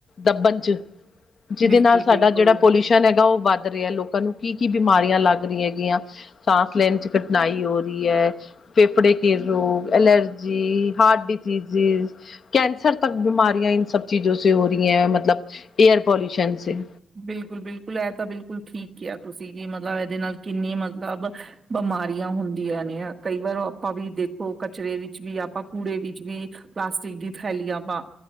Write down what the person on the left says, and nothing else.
ਦੱਬਣ ਚ, ਜਿਹਦੇ
ਨਾਲ ਸਾਡਾ ਜਿਹੜਾ ਪੋਲਿਊਸ਼ਨ ਹੈਗਾ ਉਹ ਵੱਧ ਵੱਧ ਰਿਹਾ, ਲੋਕਾਂ ਨੂੰ ਕੀ ਕੀ ਬਿਮਾਰੀਆਂ ਲੱਗ ਰਹੀ ਹੈਗੀਆਂ, ਸਾਂਸ ਲੈਣ ਚ ਕਠਿਨਾਈ ਹੋ ਰਈ ਐ। ਫੇਫੜੇ ਕੇ ਰੋਗ, ਐਲਰਜੀ ਹਾਰਟ ਡਿਸੀਜੀਜ਼। ਕੈਂਸਰ ਤੱਕ ਬਿਮਾਰੀਆਂ ਇਨ ਸਬ ਚੀਜ਼ੋ ਹੋ ਰਈ ਐ, ਮਤਲਬ ਏਅਰ ਪੋਲਿੂਸ਼ਨ ਸੇ।